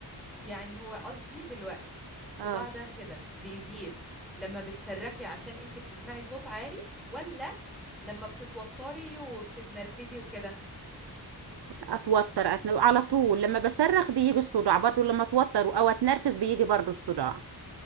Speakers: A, in the centre; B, on the right.
A: يعني هو قصدي دلوقتي الصداع
B: اه
A: ده كده بيزيد لما بتصرخي عشان انت بتسمعي صوت عالي ولا لما بتتوتري وبتتنرفزي وكده
B: اتوتر أتن... على طول لما بصرخ بيجي الصداع برضو لما اتوتر او اتنرفز بيجي برضو الصداع